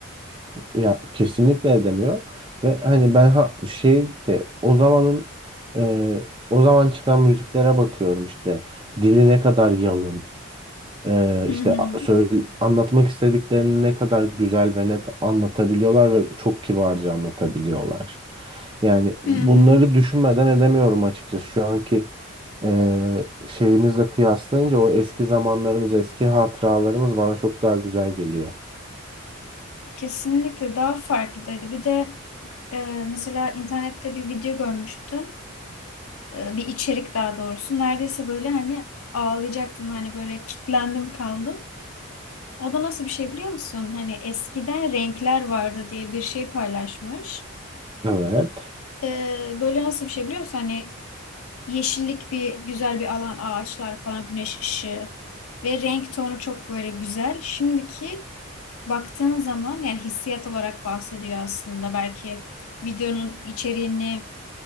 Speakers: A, on the right; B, on the left.
A: ya kesinlikle edemiyor ve hani ben ha, şey de o zamanın e, o zaman çıkan müziklere bakıyorum işte dili ne kadar yalın e,
B: Hı
A: işte
B: hı.
A: a- söyle, anlatmak istediklerini ne kadar güzel ve net anlatabiliyorlar ve çok kibarca anlatabiliyorlar. Yani bunları
B: Hı hı.
A: düşünmeden edemiyorum açıkçası şu anki e, şeyimizle kıyaslayınca o eski zamanlarımız eski hatıralarımız bana çok daha güzel geliyor.
B: Kesinlikle daha farklıydı. Bir de e, mesela internette bir video görmüştüm. E, bir içerik daha doğrusu. Neredeyse böyle hani ağlayacaktım. Hani böyle kitlendim kaldım. O da nasıl bir şey biliyor musun? Hani eskiden renkler vardı diye bir şey paylaşmış.
A: Evet.
B: Ee, böyle nasıl bir şey biliyor musun? Hani yeşillik bir güzel bir alan, ağaçlar falan, güneş ışığı ve renk tonu çok böyle güzel. Şimdiki baktığın zaman yani hissiyat olarak bahsediyor aslında. Belki videonun içeriğini,